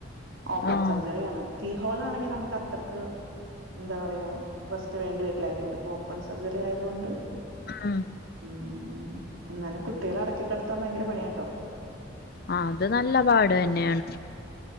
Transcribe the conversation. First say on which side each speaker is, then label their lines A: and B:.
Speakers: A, on the right (about 85°); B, on the left (about 50°).
A: ഓപ്പൺ
B: ആഹ്
A: സർജറിയാണ് കീഹോളാണെങ്കി നമുക്ക് അത്രക്ക് എന്താ പറയാ റെസ്റ്റ് വേണ്ടി വരില്ലായിരുന്നു ഇതിപ്പൊ ഓപ്പൺ സർജറി ആയതുകൊണ്ട്
B: ഉം
A: ഉം എന്നാലും കുട്ടികളെ അടക്കികെടത്താൻ ഭയങ്കര പണിയാട്ടോ
B: ആഹ് അത് നല്ല പാട് തന്നെയാണ്